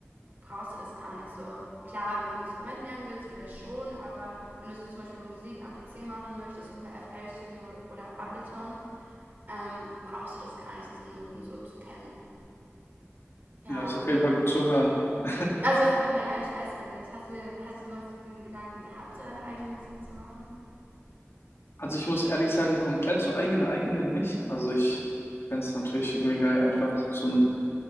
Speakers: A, on the right (about 40°); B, on the left (about 55°).
A: brauchst du das gar nicht so. Klar, wenn du ein Instrument lernen willst, vielleicht schon, aber wenn du so zum Beispiel Musik am PC machen möchtest, so per FL Studio oder Ableton, ähm, brauchst du das gar nicht, diese Noten so zu kennen. Ja.
B: Ja, ist auf jeden Fall gut zu hören. <laughs>
A: Also, naja, ich weiß ja nicht. Hast du, dir- hast du jemals diesen Gedanken gehabt, so deine eigene Musik zu machen?
B: Also ich muss ehrlich sagen, komplett so eigene eigene nicht. Also ich fänd's es natürlich irgendwie geil, einfach so ein,